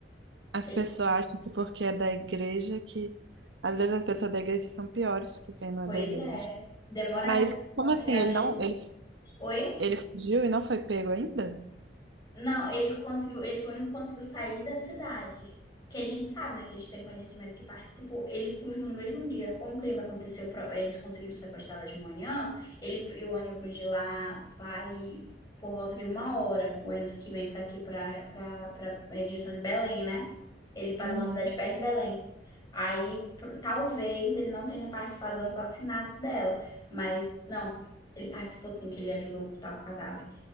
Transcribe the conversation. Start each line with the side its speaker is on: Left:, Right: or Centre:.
Right: As
Left: Ele,
Right: pessoas acham que porque é da igreja que... Às vezes as pessoas da igreja são piores que quem não
Left: pois
Right: é da igreja.
Left: é, demoraram
Right: Mas
Left: para desconfiar
Right: como assim? Ele
Left: dele.
Right: não, ele
Left: Oi?
Right: Ele fugiu e não foi pego ainda?
Left: Não, ele conseguiu, ele foi o único que conseguiu sair da cidade. Que a gente sabe, né? Que a gente tem conhecimento que participou. Ele fugiu no mesmo dia. Como o crime aconteceu, pro- eles conseguiram sequestrá-la de manhã, ele e o ônibus de lá sai por volta de uma hora. O ônibus que vem para aqui, para para a direção de Belém, né? Ele parou
Right: Uhum.
Left: numa cidade perto de Belém. Aí, pro- talvez ele não tenha participado do assassinato dela, mas não, ele participou sim, que ele ajudou a ocultar o cadáver.